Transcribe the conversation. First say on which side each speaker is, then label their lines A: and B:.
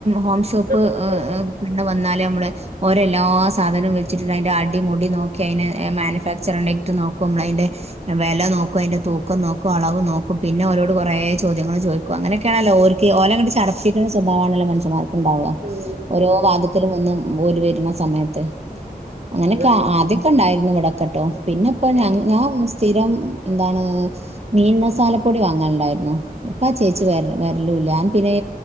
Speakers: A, on the right; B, on the right.
A: ഹോംഷോപ്പ്
B: ആഹ്
A: പി ഇവിടെ വന്നാല് നമ്മ ഓരെല്ലാ സാധനവും വെച്ചി അതിന്റെ അടിമടി നോക്കി അതി മാനുഫാക്ചർ ആണ് എറ്റോ ന നമ്മൾ അതിന്റെ വെല നോക്കും അതിന്റെ തൂക്കം നോക്കും അളവ് നോക്കും പിന്നെ അവരോട് കൊറേ ചോദ്യങ്ങൾ ചോദിക്കും അങ്ങനൊക്കാണല്ലോ ഓർക്ക് ഓലങ്ങനെ ചടപ്പിക്കണ സ്വാഭാവമാണല്ലോ മനുഷ്യമാർക്ക് ഉണ്ടാവുക
B: ഉം
A: ഓരോ
B: ഉം
A: വാദത്തിലും വന്ന് ഓര് വെര്ണ സമയത്ത് അങ്ങനെയൊക്കെ
B: മതി
A: ആദ്യക്കെ ഉണ്ടായിരുന്നു ഇവിടൊക്കെട്ടോ പിന്നെ ഇപ്പ ഞ
B: ഏഹ്
A: ഞാൻ സ്ഥിരം എന്താണ് മീൻ മസാലപ്പൊടി വാങ്ങാനുണ്ടായിരുന്നു ഇപ്പചേച്ചി വര വരലു ലാൻ പിന്നെ